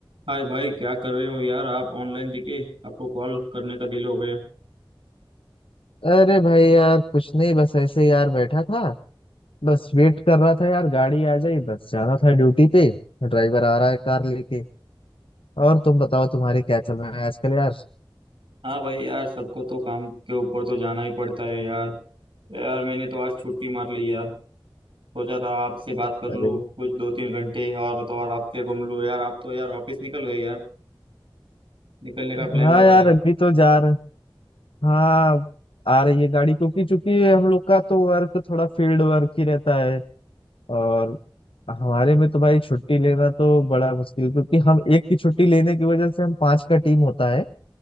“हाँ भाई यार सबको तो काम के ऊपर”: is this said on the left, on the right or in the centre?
Right